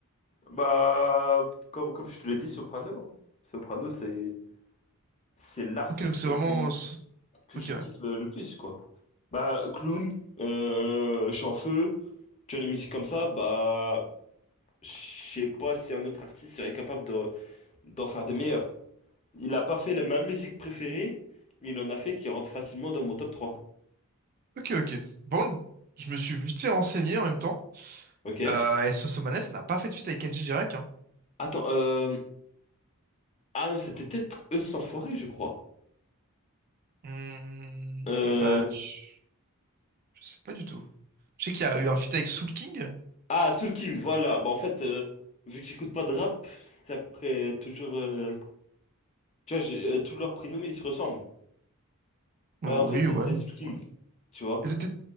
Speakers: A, on the left; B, on the right.
A: Bah, comme, comme je te l'ai dit, Soprano. hein. Soprano, c'est c'est l'artiste
B: Ok, donc c'est vraiment.
A: que, que
B: Ok,
A: je
B: ouais.
A: kiffe euh, le plus, quoi. Bah, clown, euh, je suis en feu, tu as les musiques comme ça, bah, je sais pas si un autre artiste serait capable de- d'en faire des meilleurs. Il a pas fait la, ma musique préférée, mais il en a fait qui rentre facilement dans mon top 3.
B: Ok, ok. Par contre, je me suis vite fait renseigner en même temps.
A: Ok.
B: Euh, et Sosomanes n'a pas fait de feat avec Kenji Girac, hein.
A: Attends, euh... Ah non, c'était peut-être Eux sans foirer, je crois.
B: Hmm,
A: Euh...
B: bah, je je sais pas du tout. Je sais qu'il y a eu un feat avec Soul King.
A: Ah, Soul King, voilà. Bah, en fait, euh, vu que j'écoute pas de rap, c'est à peu près toujours... euh, Tu vois, j'ai- euh, tous leurs prénoms, ils se ressemblent. Bah,
B: Oh,
A: en fait,
B: Oui,
A: c'était
B: ouais.
A: Soul King,
B: ouais.
A: tu vois.
B: Et t'é- t'é-